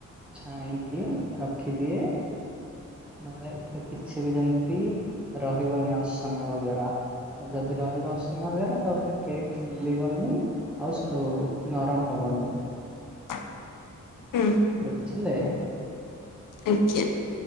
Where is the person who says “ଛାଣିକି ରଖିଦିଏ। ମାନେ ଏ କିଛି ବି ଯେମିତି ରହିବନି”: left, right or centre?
Centre